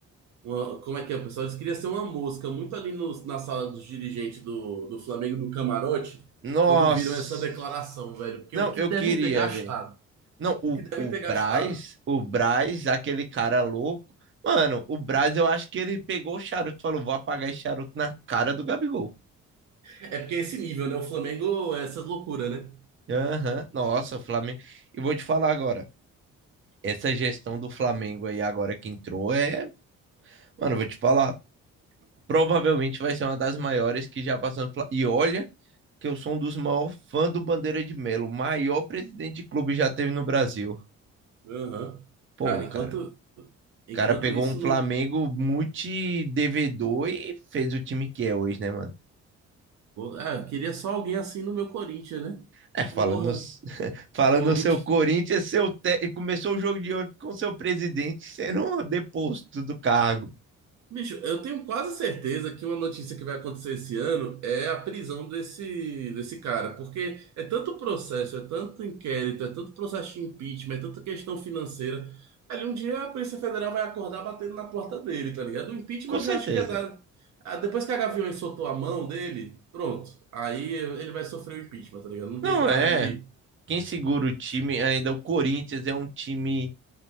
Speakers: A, on the right (about 65°); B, on the right (about 40°).
A: uma- Como é que é, pessoal? Eles queriam ser uma mosca, muito ali no- na sala dos dirigentes do, do Flamengo, no camarote,
B: Nossa.
A: quando viram essa declaração, velho. Porque
B: Não,
A: o que
B: eu
A: devem
B: queria,
A: ter gastado?
B: velho. Não, o,
A: O que devem
B: o
A: ter
B: Braz,
A: gastado?
B: o Braz, aquele cara louco. Mano, o Braz, eu acho que ele pegou o charuto e falou: vou apagar esse charuto na cara do Gabigol.
A: É porque é esse nível, né? O Flamengo é essas loucuras, né?
B: Aham, Nossa, Flamengo. E vou te falar agora. essa gestão do Flamengo aí agora que entrou é, mano, eu vou te falar, provavelmente vai ser uma das maiores que já passou no Fla- E olha que eu sou um dos maiores fãs do Bandeira de Melo, o maior presidente de clube já teve no Brasil.
A: Aham.
B: Pô,
A: Cara, enquanto,
B: cara,
A: enquanto
B: o cara pegou
A: isso
B: um Flamengo
A: não.
B: multi-devedor e fez o time que é hoje, né, mano?
A: Ah, eu queria só alguém assim no meu Corinthians, né?
B: É, falando,
A: Porra,
B: <laughs> falando
A: Corinthians.
B: no seu Corinthians, seu té- e começou o jogo de ontem com seu presidente sendo um deposto do cargo.
A: Bicho, eu tenho quase certeza que uma notícia que vai acontecer esse ano é a prisão desse, desse cara, porque é tanto processo, é tanto inquérito, é tanto processo de impeachment, é tanta questão financeira. Ali um dia a Polícia Federal vai acordar batendo na porta dele, tá ligado? O impeachment
B: Com
A: eu
B: certeza.
A: já acho que é dar. Ah, Depois que a Gaviões soltou a mão dele, pronto. Aí ele vai sofrer o impeachment, tá ligado? Não
B: Não
A: tem pra
B: é.
A: onde ir.
B: Quem segura o time ainda, é o Corinthians é um time.